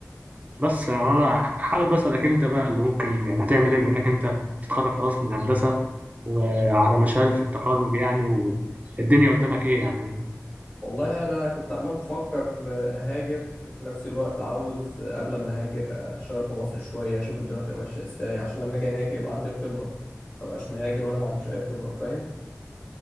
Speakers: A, on the right (about 30°); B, on the left (about 30°).
A: بس أنا حابب أسألك أنت بقى اللي ممكن يعني هتعمل إيه بما إنك أنت تتخرج خلاص من هندسة وعلى مشارف التخرج يعني والدنيا قدامك إيه يعني
B: والله انا كنت عمال بفكر آه، اهاجر وفي نفس الوقت عاوز آه، قبل ما اهاجر آه، اشتغل في مصر شويه اشوف الدنيا هتبقى ماشيه ازاي عشان لما اجي اهاجر يبقى عندي الخبره ما ابقاش مهاجر وانا ما عنديش اي خبره فاهم